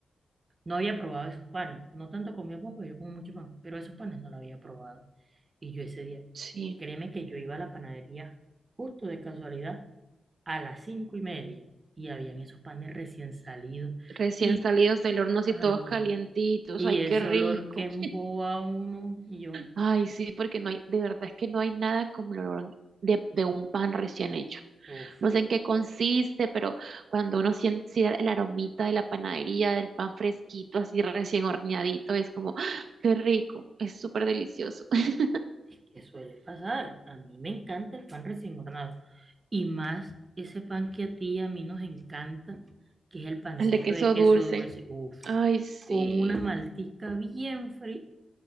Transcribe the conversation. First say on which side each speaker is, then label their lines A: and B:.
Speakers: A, on the right; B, on the right.
A: no había probado esos panes, no tanto comía pan, porque yo como mucho pan, pero esos panes no los había probado. Y yo ese día,
B: Sí,
A: créeme que yo iba a la panadería justo de casualidad a las cinco y media y habían esos panes recién salidos
B: recién
A: y,
B: salidos del horno así
A: ay,
B: todos calientitos.
A: y
B: Ay,
A: ese
B: qué rico.
A: olor que emboba a uno y yo,
B: Ay, sí, porque no hay, de verdad es que no hay nada como el olor de, de un pan recién hecho.
A: uff,
B: No sé en qué consiste, pero cuando uno siente el aromita de la panadería, del pan fresquito, así recién horneadito, es como, ¡ah! qué rico, es súper delicioso. <laughs>
A: es que suele pasar. A mí me encanta el pan recién hornado y más ese pan que a ti y a mí nos encanta, que es el pancito
B: El de queso
A: de queso
B: dulce,
A: dulce, uff,
B: ay, sí,
A: con una maltica bien fría.